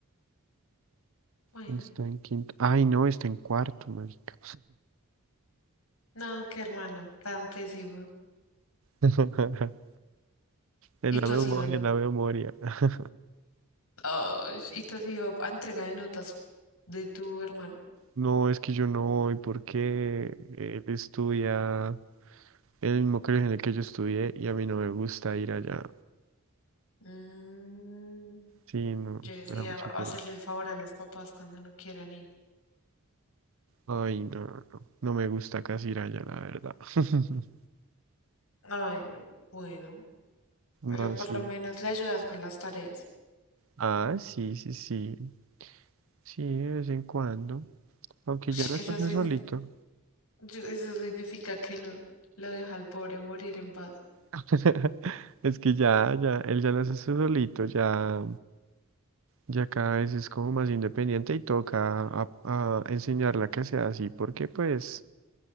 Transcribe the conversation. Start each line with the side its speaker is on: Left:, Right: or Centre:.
Left: Bueno,
Right: Está en quinto. Ay, no, está en cuarto, marica.
Left: no, qué hermano, tan pésimo.
Right: <laughs> En
Left: Y
Right: la
Left: tú
Right: memoria,
Left: has ido,
Right: en la memoria. <laughs>
Left: a- ay, y tú has ido a entrega de notas de tu hermano.
Right: No, es que yo no voy porque él estudia en el mismo colegio en el que yo estudié y a mí no me gusta ir allá.
Left: Mm,
Right: Sí, no,
Left: yo decía
Right: me da mucha pereza.
Left: hacerle el favor a los papás cuando no quieran ir.
Right: Ay, no, no, no me gusta casi ir allá, la verdad. <laughs>
Left: Ay, no, bueno, pero
Right: No,
Left: por
Right: sí.
Left: lo menos le ayudas con las tareas.
Right: Ah, sí, sí, sí. Sí, de vez en cuando. Aunque
Left: Ush,
Right: ya las
Left: Eso,
Right: hace
Left: sign-
Right: solito.
Left: yo- eso significa que no, lo deja al pobre morir en paz.
Right: <laughs> Es que ya, ya, él ya las hace solito, ya, ya cada vez es como más independiente y toca a, a enseñarla que sea así, porque pues,